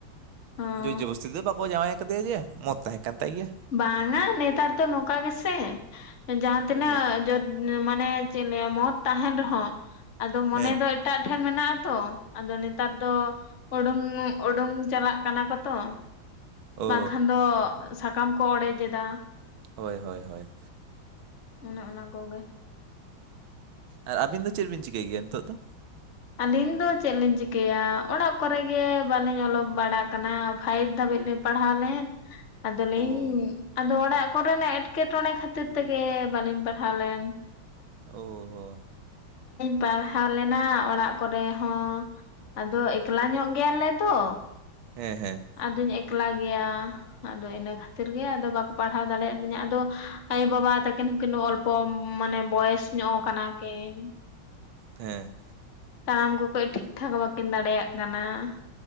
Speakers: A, on the left; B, on the right.
A: ᱦᱚᱸ
B: ᱡᱳᱨ ᱡᱚᱵᱚᱥᱛᱤ ᱫᱚ ᱵᱟᱠᱚ ᱡᱟᱶᱟᱭ ᱠᱟᱫᱮᱭᱟ ᱡᱮ ᱢᱚᱛ ᱛᱟᱦᱮᱸ ᱠᱟᱱ ᱛᱟᱭ ᱜᱮᱭᱟ
A: ᱵᱟᱝᱼᱟ ᱱᱮᱛᱟᱨ ᱫᱚ ᱱᱚᱝᱠᱟ ᱜᱮᱥᱮ ᱡᱟᱦᱟᱸ ᱛᱤᱱᱟᱹᱜ
B: ᱳ
A: ᱡᱳᱨ ᱢᱟᱱᱮ ᱪᱮᱫ ᱞᱟᱹᱭᱟ ᱢᱚᱛ ᱛᱟᱦᱮᱱ ᱨᱮᱦᱚᱸ ᱟᱫᱚ ᱢᱚᱱᱮ
B: ᱦᱮᱸ
A: ᱫᱚ ᱮᱴᱟᱜ ᱴᱷᱮᱱ ᱴᱷᱮᱱ ᱢᱮᱱᱟᱜ ᱛᱚ ᱟᱫᱚ ᱱᱮᱛᱟᱨ ᱫᱚ ᱩᱰᱩᱝ ᱩᱰᱩᱝ ᱪᱟᱞᱟᱜ ᱠᱟᱱᱟ ᱛᱚ
B: ᱳ
A: ᱵᱟᱝᱠᱷᱟᱱ ᱫᱚ ᱥᱟᱠᱟᱢ ᱠᱚ ᱚᱲᱮᱡ ᱮᱫᱟ
B: ᱦᱳᱭ ᱦᱳᱭ ᱦᱳᱭ
A: ᱚᱱᱮ ᱚᱱᱟ ᱠᱚᱜᱮ
B: ᱟᱨ ᱟᱹᱵᱤᱱ ᱫᱚ ᱪᱮᱫ ᱵᱤᱱ ᱪᱤᱠᱟᱹᱭ ᱜᱮᱭᱟ ᱱᱤᱛᱚᱜ ᱫᱚ
A: ᱟᱹᱞᱤᱧ ᱫᱚ ᱪᱮᱫ ᱞᱤᱧ ᱪᱤᱠᱟᱹᱭᱟ ᱚᱲᱟᱜ ᱠᱚᱨᱮ ᱜᱮ ᱵᱟᱹᱞᱤᱧ ᱚᱞᱚᱜ ᱵᱟᱲᱟ ᱠᱟᱱᱟ ᱯᱷᱟᱭᱤᱵᱷ ᱫᱷᱟᱵᱤᱡ ᱯᱟᱲᱦᱟᱣ ᱞᱮᱱ ᱟᱫᱚ ᱞᱤᱧ
B: ᱚ
A: ᱟᱫᱚ ᱚᱲᱟᱜ ᱚᱲᱟᱜ ᱠᱚᱨᱮᱱᱟᱜ ᱮᱸᱴᱠᱮᱴᱚᱬᱮ ᱠᱷᱟᱹᱛᱤᱨ ᱛᱮᱜᱮ ᱵᱟᱹᱞᱤᱧ ᱯᱟᱲᱦᱟᱣ ᱞᱮᱱ
B: ᱳ ᱦᱳ
A: ᱯᱟᱲᱦᱟᱣ ᱞᱮᱱᱟ ᱚᱲᱟᱜ ᱠᱚᱨᱮ ᱦᱚᱸ ᱟᱫᱚ ᱮᱠᱞᱟ ᱧᱚᱜ ᱜᱮᱭᱟᱞᱮ ᱛᱚ
B: ᱦᱮᱸ ᱦᱮᱸ
A: ᱟᱫᱚᱧ ᱮᱠᱞᱟ ᱜᱮᱭᱟ ᱟᱫᱚ ᱤᱱᱟᱹ ᱠᱷᱟᱹᱛᱤᱨ ᱜᱮ ᱟᱫᱚ ᱵᱟᱠᱚ ᱯᱟᱲᱦᱟᱣ ᱫᱟᱲᱮᱭᱟᱫᱤᱧᱟ ᱟᱫᱚ ᱟᱭᱳᱵᱟᱵᱟ ᱛᱟᱹᱠᱤᱱ ᱠᱤᱱ ᱚᱞᱯᱚ ᱢᱟᱱᱮ ᱵᱚᱭᱮᱥ ᱧᱚᱜ ᱠᱟᱱᱟ ᱠᱤᱱ
B: ᱦᱮᱸ
A: ᱛᱟᱲᱟᱢ ᱠᱚ ᱠᱟᱹᱡ ᱴᱷᱤᱠ ᱴᱷᱟᱠ ᱵᱟᱹᱠᱤᱱ ᱫᱟᱲᱮᱭᱟᱜ ᱠᱟᱱᱟ ᱾